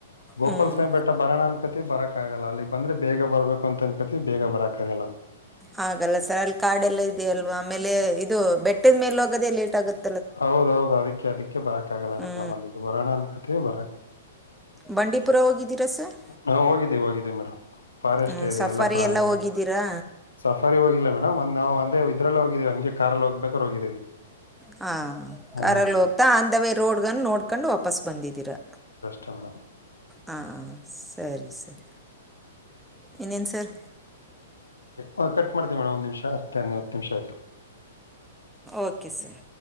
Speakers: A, on the left; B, in the centre.
A: ಗೋಪಾಸಾಯ್
B: ಹ್ಞೂ
A: ಬೆಟ್ಟ ಬರೋಣ ಅನ್ಕತಿವಿಬರಕ ಆಗಲ್ಲ ಅಲ್ಲಿ ಬಂದ್ರೆ ಬೇಗ ಬರ್ಬೇಕು ಅಂತ ಅನ್ಕತಿವಿ ಬೇಗ ಬರಕ್ಕ ಆಗಲ್ಲ
B: ಹಾಗಲ್ಲ ಸರ್ ಅಲ್ಲಿ ಕಾರ್ಡೆ ಎಲ್ಲ ಇದೆಯ ಅಲ್ವಾ ಆಮೇಲೆ ಇದು ಬೆಟ್ಟದ ಮೇಲೆ ಹೋಗೋದೆೇ ಲೇಟ್ ಆಗುತ್ತೆ
A: ಹೌದೌದುಅದಕ್ಕೆ ಅದಕ್ಕೆ ಬರಕ ಆಗಲ್ಲ
B: ಹ್ಞೂ
A: ಮೇಡಮ್ ಅಲ್ಲಿಗೆ ಬರೋಣ ಅನ್ ಕತ ಬರಕ್
B: ಬಂಡೀಪುರ ಹೋಗಿದ್ದೀರಾ ಸರ್
A: ಹಾ ಹೋಗಿದ್ದೆ ಹೋಗಿದ್ದ ಮೇಡಮ್ ಫಾರೆಸ್ಟ್
B: ಹ್ಞೂ
A: ಏರಿಯಾ
B: ಸಫಾರಿ
A: ಎಲ್ಲಾ ಪ್ರಾಣಿಗಳು
B: ಎಲ್ಲ ಹೋಗಿದ್ದೀರಾ
A: ಸಫಾರಿ ಹೋಗಿಲ್ಲ ಮೇಡಮ್ ಒನಾವು ಇದ್ರಲ್ಲೇ ಹೋಗಿದ್ದೀವಿ ಹಂಗೆ ಕಾರಾರ್ಲ್ಲಿ ಹೋಗ್ಬೇಕ್ರ ಹೋಗಿದ್ದೀವಿ
B: ಹಾಂ
A: ಹ್ಮ್
B: ಕರಲ್ಲಿ ಹೋಗ್ತಾ ಅಧ ವೇ ರೋಡ್ಗ ನೋಡ್ಕೊಂಡು ವಾಪಸ್ ಬಂದಿದ್ದೀರಾ
A: ಶಮಣ
B: ಹಾಂ ಸರಿ ಸರ್ ಇನ್ನೇನು ಸರ್
A: ಹ ಕಟ್ ಮಾಡ್ತೀವಿ ಮೇಡಮ್ ಒಂದು ನಿಮಿಷ ಹತ್ತು ಹತ್ತು ನಿಮಿಷ ಆಯ್ತು
B: ಓಕೆ ಸರ್